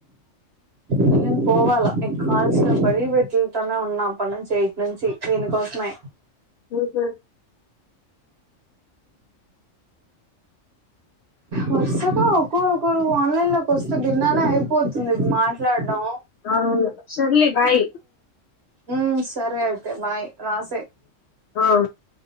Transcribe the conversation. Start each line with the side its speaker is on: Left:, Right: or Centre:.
Right: నను పోవాలా కాల్స్ లో బడి పెట్ ఉన్నా పని చేయ నుంచి దీనికోసమే
Left: హహ
Right: వస్తాదా ఒకోరుకరు ఆన్లైన్ లోకి వస్తు విన్ననే అయిపోద్ది ఇ మాట్లాడ్డం
Left: అవును సర్లే బాయ్
Right: హ సరే అయ్ తె బాయ్ రాసే
Left: ఆ